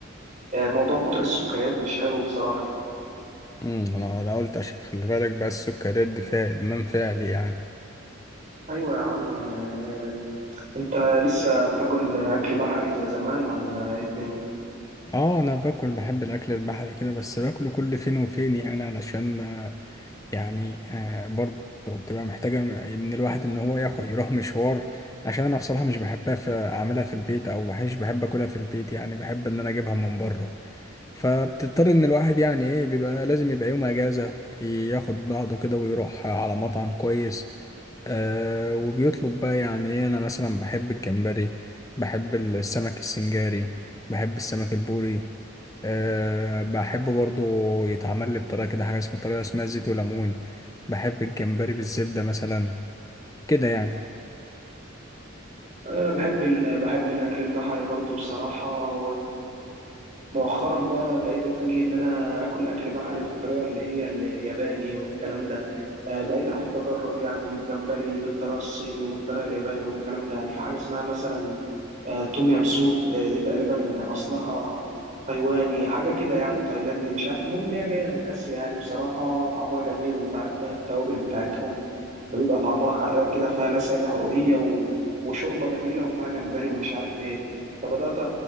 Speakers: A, on the right; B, on the left.
A: آه، موضوع كتر السكريات مش حلو بصراحه
B: امم انا أنا قلت عشان خلي بالك بقى السكريات دي فيها ادمان فعلي يعني
A: ايوه يا عم آه، انت لسه بتاكل اكل بحري زي زمان ولا ايه الدنيا
B: اه انا باكل بحب الاكل البحري كده بس باكله كل فين وفين يعني علشان يعني آه، برضه بتبقى محتاجة من الواحد إن هو ياخد يروح مشوار عشان أنا بصراحة مش بحبها في أعملها في البيت أو مش بحب أكلها في البيت يعني بحب إن أنا أجيبها من بره فبتضطر إن الواحد يعني إيه بيبقى لازم يبقى يوم أجازة ياخد بعضه كده ويروح على مطعم كويس آه وبيطلب بقى يعني ايه انا مثلا بحب الجمبري بحب السمك السنجاري بحب السمك البوري أه بحب برضو يتعمل لي بطريقة كده حاجة اسمها طريقة اسمها زيت وليمون بحب الجمبري بالزبدة مثلا كده يعني
A: انا بحب ال... بحب الاكل البحري برضو بصراحه مؤخرا بقى بقيت اتجه ان انا اكل اكل بحري بالطريقه اللي هي ال- الياباني والكلام ده آه، بقيت احب اجرب يعني الجمبري بالطريقه الصيني وبالطريقه الياباني والكلام ده يعني في حاجه اسمها مثلا آه، توم يام سوب آه، دي تقريبا اصلها تايواني حاجه كده يعني تايلاندي مش عارف المهم ان هي جايه من اسيا يعني بصراحه طعمها جميل وانت عارف بقى التوابل بتاعتهم فبيبقى طعمها حراق كده فيها لسعة حرقية و... وشوربة جميلة وفيها جمبري ومش عارف ايه فبدأت أ-